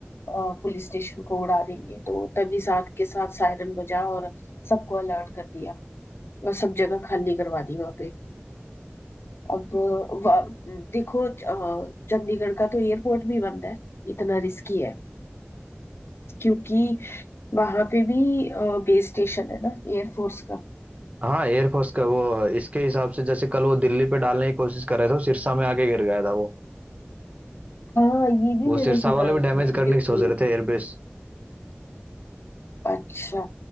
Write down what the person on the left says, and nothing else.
अ, पुलिस स्टेशन को उड़ा देंगे तो तभी साथ के साथ सायरन बजा और सबको अलर्ट कर दिया और सब जगह खाली करवा दी वहां पे अब वा- देखो अ, चंडीगढ़ का तो एयरपोर्ट भी बंद है इतना रिस्की है क्योंकि वहां पे भी बेस स्टेशन है ना एयरफोर्स का
हाँ ये भी
मैंने
सुना
है,
हाँ,
बिल्कुल
अच्छा